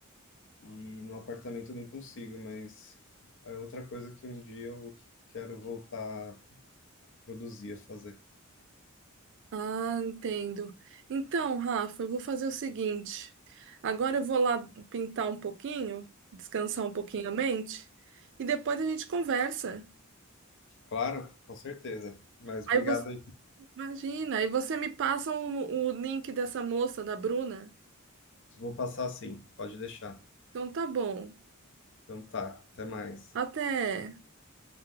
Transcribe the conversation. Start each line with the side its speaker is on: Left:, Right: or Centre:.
Left: e no apartamento eu não consigo, mas é outra coisa que um dia eu quero voltar produzia fazer.
Right: Ah, entendo. Então, Rafa, eu vou fazer o seguinte. Agora eu vou lá pintar um pouquinho, descansar um pouquinho a mente, e depois a gente conversa.
Left: Claro, com certeza. Mas
Right: Aí
Left: obrigado
Right: você,
Left: aí.
Right: imagina, aí você me passa o, o link dessa moça, da Bruna.
Left: Vou passar sim, pode deixar.
Right: Então tá bom.
Left: Então tá, até mais.
Right: Até.